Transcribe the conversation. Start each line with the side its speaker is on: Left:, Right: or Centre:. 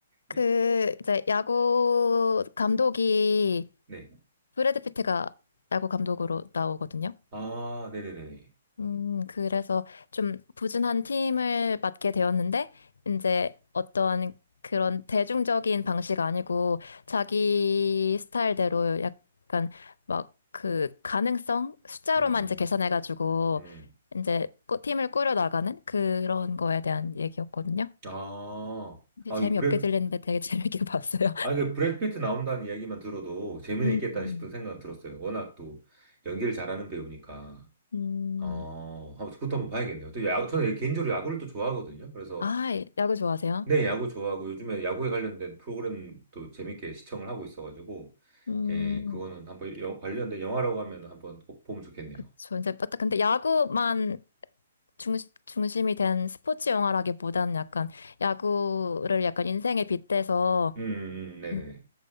Left: 그
Right: 예,
Left: 이제 야구 감독이
Right: 네.
Left: 브래드 피트가 야구 감독으로 나오거든요.
Right: 아, 네네네.
Left: 음, 그래서 좀 부진한 팀을 맡게 되었는데, 이제 어떠한 그런 대중적인 방식 아니고, 자기 스타일대로 약간 막 그 가능성? 숫자로만
Right: 음,
Left: 이제 계산해가지고,
Right: 음.
Left: 이제 꾸- 팀을 꾸려나가는 그런 거에 대한 얘기였거든요.
Right: 아,
Left: 근데
Right: 아,
Left: 재미없게
Right: 이 브렉,
Left: 들리는데 되게 <laughs> 재밌게 봤어요.
Right: 아, 그 브래드 피트 나온다는 이야기만 들어도 재미는
Left: 음,
Right: 있겠다 싶은 생각은 들었어요. 워낙 또 연기를 잘하는 배우니까.
Left: <laughs> 음.
Right: 어, 한번- 그것도 한번 봐야겠네요. 또 야구, 저는 개인적으로 야구를 또 좋아하거든요. 그래서,
Left: 아, 야구 좋아하세요?
Right: 네, 야구 좋아하고, 요즘에 야구에 관련된 프로그램도 재밌게 시청을 하고 있어가지고,
Left: 음,
Right: 예, 그거는 한번 여- 관련된 영화라고 하면 한번 꼭 보면 좋겠네요.
Left: 그쵸. 이제, 또- 근데 야구만 중, 중심이 된 스포츠 영화라기보다는 약간 야구를 약간 인생에 빗대서,
Right: 음, 음, 음, 네네네.
Left: 음,